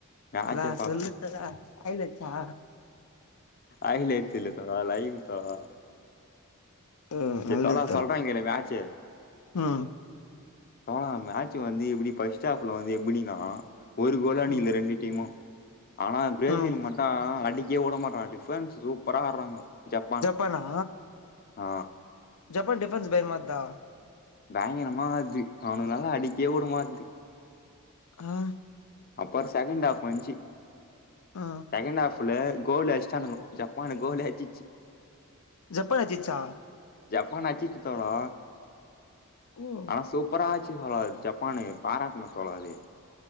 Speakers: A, on the left (about 45°); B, on the left (about 80°).
A: மேட்ச்சே
B: தல
A: பாத்தோ
B: சொல்லு தல ஐலட்ஸா
A: ஐலைட்ஸ் இல்ல தோழா லைவ் தோழா
B: ம்
A: சே
B: நல்லது
A: தோழா சொல்றே கேளு மேச்சு
B: ம்
A: தோழா மேட்சு வந்து எப்டி பஸ்ட் ஹாஃப்ல வந்து எப்டினா ஒரு கோலு அடிக்ல
B: ம்
A: ரெண்டு டீமு ஆனா பிரேசில்
B: ம்
A: மட்டூ அடிக்கே உட மாட்றாங்க டிஃபன்ஸ் சூப்பராடுறாங்க ஜப்பான்
B: ஆனா
A: ஆ
B: ஜப்பான் டிஃபென்ஸ் பயர்மாத்தா
A: பேங்கரமா ஆட்து அவனுக்குல்லா அடிக்கே உடமாட்து
B: ஆ
A: அப்பற் செகண்ட் ஹாஃப் வந்த்ச்சி
B: ஆ
A: செகண்ட் ஹாஃப்ல கோல் அச்ட்டானுங்கோ ஜப்பானு கோல் அச்சிச்சு
B: ஜப்பான் அச்சிச்சா
A: ஜப்பான் அச்சிச்சி தோழா
B: ஓ
A: ஆனா சூப்பரா ஆச்சு தோழா ஜப்பானு பாராட்ணு தோழா அது